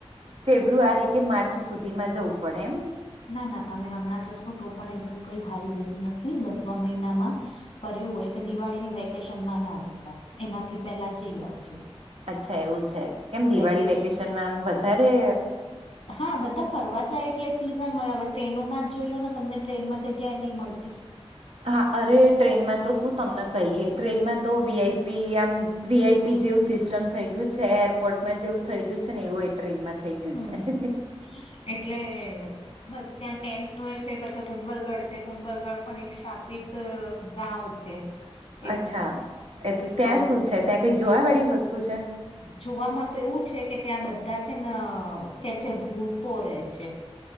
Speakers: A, on the right (about 70°); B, on the left (about 65°).
A: ફેબ્રુઆરી કે માર્ચ સુધીમાં જવું પડે એમ.
B: ના ના તમે હમણાં જશો તો પણ એટલું કંઈ હાઈ રેટ નથી દસમાં મહિનામાં. કર્યું હોય ત દિવાળીની વેકેશનમાં ના જતા એનાથી પેલા જઈ આવજો.
A: અચ્છા એવું છે કેમ દિવાળી
B: વેકેશ
A: વેકેશનમાં આમ વધારે.
B: હા બધાં ફરવા જાય એટલે. સિઝન હોય હવે ટ્રેનોમાં જ જોઈ લો ને તમને ટ્રેનમાં જગ્યાએ નહીં મળતી.
A: હા અરે ટ્રેનમાં તો શું તમને કહીએ તો વીઆઈપી આમ. વીઆઈપી જેવું સિસ્ટમ થઈ ગયું છે એરપોર્ટમાં જેવું થઈ ગયું છે ને એવું. ટ્રેનમાં થઇ ગયું
B: હમ
A: છે
B: એટલે. બસ ત્યાં ટેન્ટનું એ છે પછી કુંબલગઢ છે કુંબલગઢ પણ એક સ્થાપિત ગાંવ છે. <inaudible>
A: અચ્છા એટલે ત્યાં
B: તો
A: શું છે ત્યાં કઈંક જોવા વાળી વસ્તુ છે.
B: જોવામાં તો એવું છે કે ત્યાં બધા છે ન કે છે ભૂતો રહે છે.